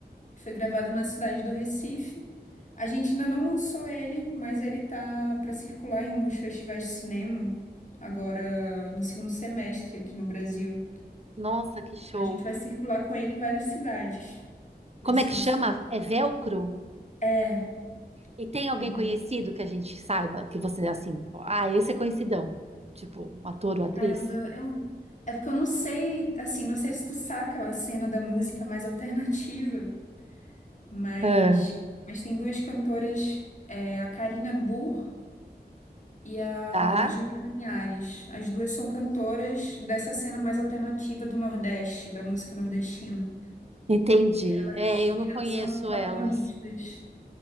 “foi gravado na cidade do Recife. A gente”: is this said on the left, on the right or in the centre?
Left